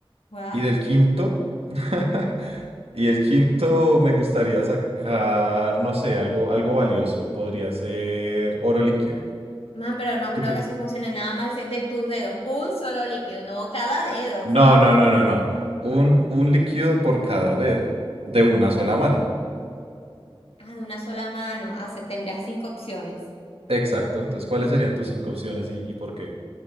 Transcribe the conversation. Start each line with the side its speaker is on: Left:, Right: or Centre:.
Left: what?
Right: Y del quinto, <laughs> y el quinto me gustaría sacar, no sé, algo, algo valioso. Podría ser oro líquido.
Left: Man, pero no
Right: ¿Tú
Left: creo
Right: qué?
Left: que así funcione nada más dice, de tus dedos, un solo líquido, no cada dedo, o sea,
Right: No, no, no, no, no. Un, un líquido por cada dedo, de
Left: ah,
Right: una sola mano.
Left: ah, de una sola mano, ah, se- tendría cinco opciones.
Right: Exacto. Entonces, ¿cuáles serían tus cinco opciones y, y por qué?